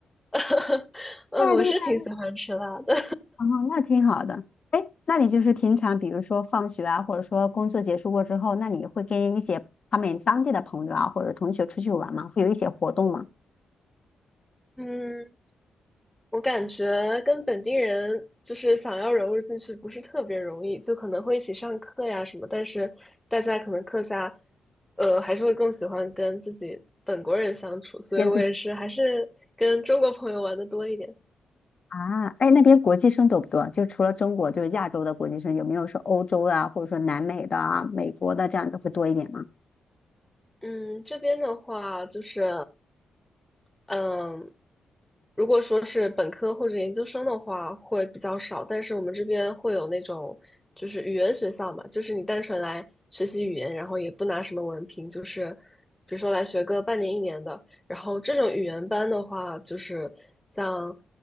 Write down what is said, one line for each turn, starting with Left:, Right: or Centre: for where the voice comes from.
Centre: <laughs> 嗯，
Left: 那厉害
Centre: 我是挺喜欢吃辣的。
Left: 哦，那挺好的。哎，那你就是平常，比如说放学啊，或者说工作结束过之后，那你会跟一些他们当地的朋友啊，或者同学出去玩吗？会有一些活动吗？
Centre: <laughs> 嗯，我感觉跟本地人就是想要融入进去不是特别容易，就可能会一起上课呀什么，但是大家可能课下，呃，还是会更喜欢跟自己本国人相处，所以我也是还是跟中国朋友玩的多一点。
Left: 跟自己啊，哎，那边国际生多不多？就除了中国，就是亚洲的国际生，有没有说欧洲的啊，或者说南美的啊、美国的这样的会多一点吗？
Centre: 嗯，这边的话就是。嗯，如果说是本科或者研究生的话，会比较少，但是我们这边会有那种就是语言学校嘛，就是你单纯来学习语言，然后也不拿什么文凭，就是比如说来学个半年一年的。然后这种语言班的话，就是像